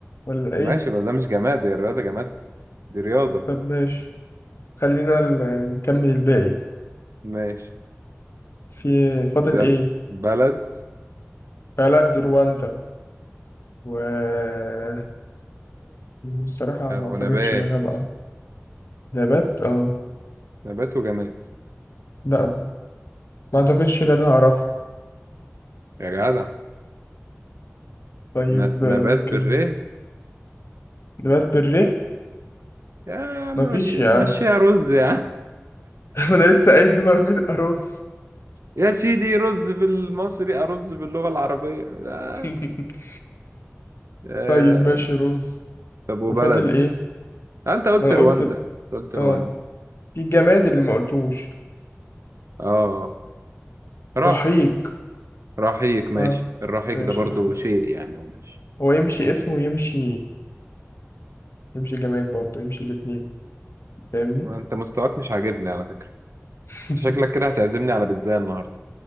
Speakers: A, on the left; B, on the right.
A: ولا
B: ماشي
A: ايه
B: بس ده مش جماد دي الرياضة جماد دي رياضة
A: طب ماشي خلينا ال- نكمل الباقي
B: ماشي
A: في فاضل
B: ده ال-
A: ايه
B: بلد
A: بلد رواندا وجماد بصراحة ما أعتقدش
B: ونبات
A: إن أنا هبقى نبات أه
B: نبات وجماد
A: لا ما أعتقدش إن أنا هعرف
B: يا جدع
A: طيب
B: ن...
A: آه،
B: نبات
A: ممكن
B: بالره
A: نبات بالريح
B: يا عم
A: مفيش
B: مشي
A: يا
B: مشيها
A: عم <laughs>
B: رز يا عم <laughs>
A: طب أنا لسه قايل إن مفيش رز
B: يا سيدي رز بالمصري أرز باللغة العربية آه.
A: <laughs>
B: آه.
A: طيب ماشي رز
B: طب وبلد
A: وفاضل إيه
B: آه، أنت قلت
A: ما أنا
B: رواندا
A: قلت ب-
B: أنت قلت رواندا
A: أه في الجماد اللي ما قلتوش
B: آه رف
A: رحيق
B: رحيق ماشي
A: أه
B: الرحيق
A: ماشي
B: ده برضو
A: رحيق
B: شيء يعني هو مش
A: هو يمشي اسمه ويمشي يمشي جماد برضه يمشي الاتنين فاهمني
B: وأنت مستواك مش عاجبني على فكرة
A: <laughs>
B: شكلك كده هتعزمني على بيتزا النهاردة